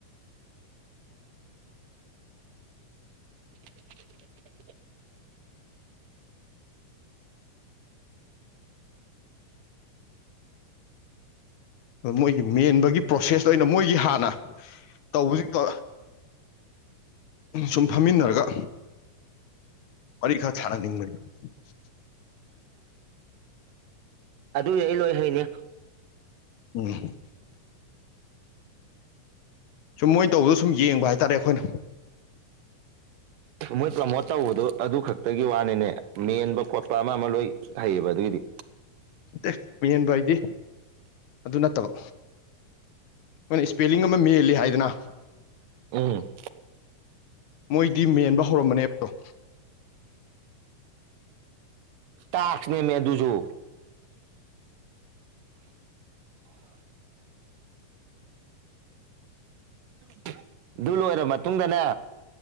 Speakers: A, on the right; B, on the left.
A: <inaudible>
B: ꯃꯣꯏꯒꯤ ꯃꯦꯟꯕꯒꯤ ꯄ꯭ꯔꯣꯁꯦꯁꯇꯣ ꯑꯩꯅ ꯃꯣꯏꯒꯤ ꯍꯥꯟꯅ ꯇꯧꯕꯁꯤꯡꯗꯣ ꯁꯨꯝ ꯐꯝꯃꯤꯟꯅꯔꯒ ꯋꯥꯔꯤ ꯈꯔ ꯊꯥꯟꯅꯅꯤꯡꯕꯅꯤ <inaudible>
A: ꯑꯗꯨꯒꯤ ꯑꯩ ꯂꯣꯏ ꯍꯩꯅꯤ
B: <unintelligible> ꯁꯨꯝ ꯃꯣꯏꯅ ꯇꯧꯕꯗꯣ ꯁꯨꯝ ꯌꯦꯡꯕ ꯍꯥꯏꯇꯥꯔꯦ ꯑꯩꯈꯣꯏꯅ
A: ꯃꯣꯏ ꯄ꯭ꯔꯥꯃꯣꯠ ꯇꯧꯕꯗꯨ ꯑꯗꯨ ꯈꯛꯇꯒꯤ ꯋꯥꯅꯤꯅꯦ ꯃꯦꯟꯕ ꯈꯣꯠꯄ ꯑꯃ ꯑꯃ ꯂꯣꯏ ꯍꯩꯌꯦꯕ ꯑꯗꯨꯒꯤꯗꯤ
B: ꯑꯦ ꯃꯦꯟꯕ ꯍꯥꯏꯗꯤ ꯑꯗꯨ ꯅꯠꯇꯕ ꯑꯩꯈꯣꯏꯅ ꯁ꯭ꯄꯦꯂꯤꯡ ꯑꯃ ꯃꯦꯟꯂꯤ ꯍꯥꯏꯗꯅ
A: ꯎꯝ
B: ꯃꯣꯏꯗꯤ ꯃꯦꯟꯕ <inaudible>
A: ꯇꯥꯁ꯭ꯀꯅꯦꯃꯦ ꯑꯗꯨꯁꯨ <inaudible> ꯑꯗꯨ ꯂꯣꯏꯔ ꯃꯇꯨꯡꯗꯅꯦ